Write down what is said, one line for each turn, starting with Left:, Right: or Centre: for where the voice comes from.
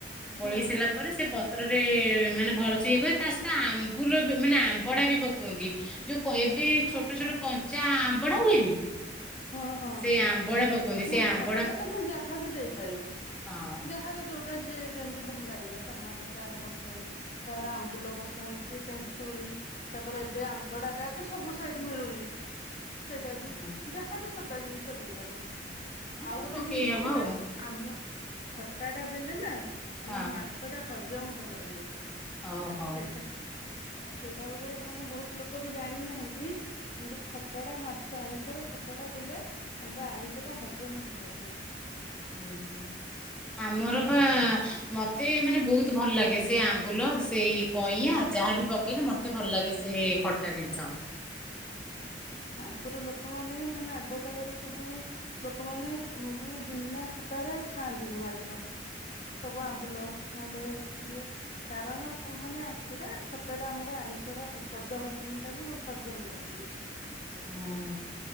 Centre: ଗୋଳେଇ
Left: ହୁଁ
Centre: ସାରିଲା ପରେ ସେ ପ। ପତ୍ରରେ ମାନେ ଭଲସେ ଇଏ କରି ତା ସହିତ ଆମ୍ବୁଲ ବି ମାନେ ଆମ୍ବଡା ବି ପକୋନ୍ତି। ଯୋଉ କ ଏବେ ଛୋଟ
Left: ହଁ
Centre: ଛୋଟ କଞ୍ଚା ଆମ୍ବଡା ହୁଏନି?
Left: ହଁ ହଁ
Centre: ସେ ଆମ୍ବଡା ପକୁଅନ୍ତି
Left: ନାଇଁ
Centre: ସେ ଆମ୍ବଡା
Left: ଖଟା
Centre: ପ-
Left: ତମେ ଯାହା ବି ଦେଇପାରିବ
Centre: ହଁ
Left: ଯାହାର। ଯୋଉଟା ଯିଏ ଯେମିତି ଭଲ ଲାଗିଲା ଟମାଟୋ କାହାର ପସନ୍ଦ। କାହାର ଆମ୍ବୁଲ ପସନ୍ଦ କିଏ ତେନ୍ତୁଳି। ତାପରେ ଏବେ ଆମ୍ବଡା ଟା ତ ସବୁ ସାଇଟ୍ ମିଳୁନି। ସେଇଟା ବି
Centre: ହୁଁ,
Left: ଯାହାବି ଖଟା ଜିନିଷ ଦେଇପାରିବେଆଉ
Centre: ହଁ
Left: ଗୋଟେ
Centre: ପକେଇ
Left: ଜିନିଷ
Centre: ହବ
Left: ହେଲା।
Centre: ଆଉ
Left: ଆମ ଖଟା ଟା ଦେଲେ ନା ଆମର
Centre: ହଁ
Left: ମାଛଟା ହଜମ ଭଲ ହୁଏ। ସେଇଟା
Centre: ଓହୋ
Left: ସେଇଟା ଗୋଟେ ମାନେ ବହୁତ୍ ଲୋକ ବି ଜାଣିନାହାନ୍ତି। କିନ୍ତୁ ଖଟା ଟା ମାଛ ଆଇଁଷରେ ଖଟା ଟା ଦେଲେ ଆମର ଆଇଁଷ ଟା ହଜମ ଭଲ ହୁଏ।
Centre: ଓ ହୋ ଆମର ପା ମତେ ମାନେ ବହୁତ୍ ଭଲ ଲାଗେ ସେ। ସେ ଆମ୍ବୁଲ ସେଇ କଇଁଆ ଯାହା ବି ପକେଇଲେ
Left: ହୁଁ
Centre: ମତେ ଭଲ ଲାଗେ ସେ ଖଟା ଜିନିଷ।
Left: ଆଗୁରୁ ଲୋକମାନେ ହିଁ ମାନେ ଆଗକାଳରେ ସବୁ। ଲୋକମାନେ ମାନେ ବିନା ଖଟାରେ ଖାଆନ୍ତିନି ମାଛ। ସବୁ ଆମ୍ବୁଲ ନ ହେଲେ ଇଏ। କାରଣ ମାନେ ଆଇଁଷ ଟା ଖଟା ଟା ଆମର ଆଇଁଷର ବଦ ହଜମଟାକୁ ହଜମ କରିଦିଏ।
Centre: ହଁ